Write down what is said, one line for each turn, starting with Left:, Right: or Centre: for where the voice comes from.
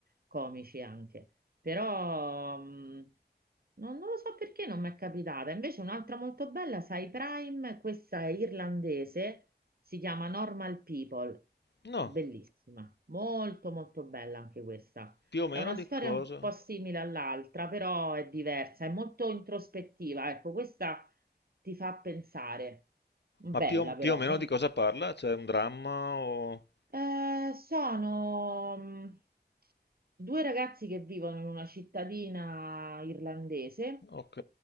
Right: comici anche. Però mm, non, non lo so perché non mi è capitata. Invece un'altra molto bella, sai, Prime, questa è irlandese, si chiama Normal People,
Left: No.
Right: bellissima, molto molto bella anche questa.
Left: Più o meno
Right: È una
Left: di
Right: storia
Left: cosa?
Right: un po' simile all'altra, però è diversa, è molto introspettiva. Ecco, questa ti fa pensare. Bella
Left: Ma più, o più
Right: però.
Left: o meno
Right: mo-
Left: di cosa parla? C'è un dramma o...
Right: Eh, sono mh, due ragazzi che vivono in una cittadina irlandese.
Left: Ok.